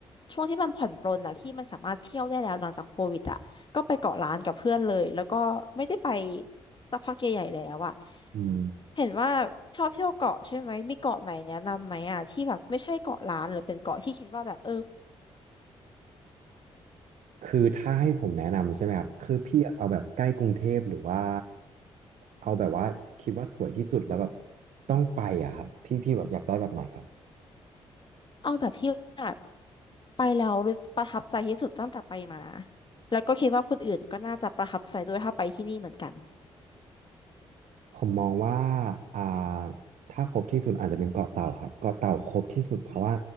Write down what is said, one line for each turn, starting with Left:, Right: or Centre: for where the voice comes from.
Left: ช่วงที่มันผ่อนปรนอะที่มันสามารถเที่ยวได้แล้วหลังจากโควิดอะ ก็ไปเกาะร้านกับเพื่อนเลยแล้วก็ไม่ได้ไปสักพักใหญ่ๆแล้วอะ
Right: อืม
Left: เห็นว่าชอบเที่ยวเกาะใช่ไหมมีเกาะไหนแนะนำไหมอะที่แบบไม่ใช่เกาะร้านหรือเป็นเกาะที่คิดว่าแบบเออ
Right: คือถ้าให้ผมแนะนำใช่ไหมครับคือพี่อยากเอาแบบใกล้กรุงเทพหรือว่าเอาแบบว่าคิดว่าสวยที่สุดแล้วแบบต้องไปอ่ะครับพี่พี่แบบอยากได้แบบไหนครับ
Left: เอาแบบที่แบบไปแล้วรู้ประทับใจที่สุดตั้งแต่ไปมาแล้วก็คิดว่าคนอื่นก็น่าจะประทับใจด้วยถ้าไปที่นี่เหมือนกัน
Right: ผมมองว่าอ่า ถ้าครบที่สุดอาจจะเป็นเกาะเต่าครับเกาะเต่าครบที่สุดเพราะว่า